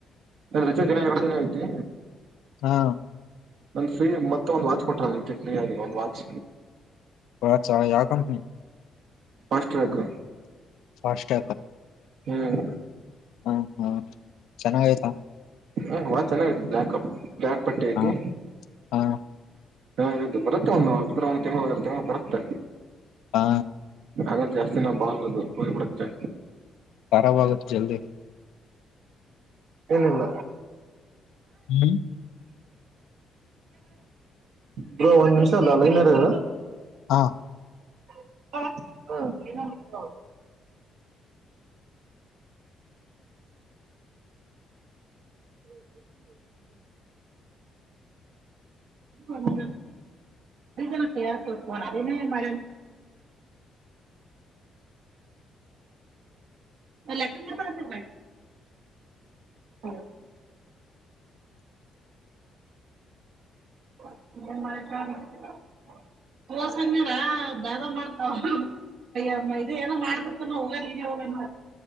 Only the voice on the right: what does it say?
ರಜಾ ಎರಡು ದಿನ ಐತಿ.
ನನ್ ಫ್ರೀ ಮತ್ತೆ ಒಂದು ವಾಚ್ ಕೊಟ್ಟಾರಿ ಫ್ರೀ ಆಗ ಒಂದ್ ವಾಚ್.
First rank.
ಹ್ಮ್
ಹ ವಾ ಚೆನ್ನಾಗ ಐತಿ ಬ್ಲಾಕ್ಪ್ ಬ್ಲಾಕ್ ಪಟ್ಟಿ ಐತಿ
ಹಾ ಬರುತ್ತ ಒಂದು. ಇದ್ರ ಒಂದ ತಿಂಗಳ ಒಂದ ತಿಂಗಳ ಬರುತ್ತೆ.
ಹಾಗಾಗಿ ಜಾಸ್ತಿನಾ ಬಾಳದು ಹೋಗ್ಬಿಡುತ್ತೆ.
ಏನಿಲ್ಲ.
ಬ್ರೋ ಒನ್ನಿಮಿಷ ಲೈನಲ್ ಇರು
ಹ ನ <unintelligible> <inaudible> <unintelligible> ಕತ ಅದೇನ ಮಾಡ ಅಲ್ಲ ತಂಬತ್ತತೆ ಹಲೋ. <unintelligible> ತೋರಸಾಂದನೆಲ ದಗದ ಮಾಡ್ತವ ಅಯ್ಯ ಇದ ಏನೋ ಮಾಡ್ತಿರ್ತ ನ ಹೋಗ ಹೋಗಂದ.